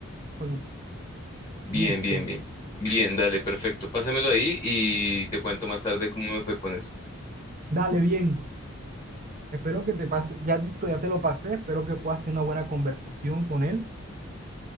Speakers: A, on the right; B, on the left.
A: Pues,
B: Bien,
A: listo,
B: bien, bien. Bien, dale, perfecto. Pásamelo ahí y te cuento más tarde cómo me fue con eso.
A: dale bien. Espero que te pase, ya, te- ya te lo pasé, espero que puedas tener una buena conversación con él.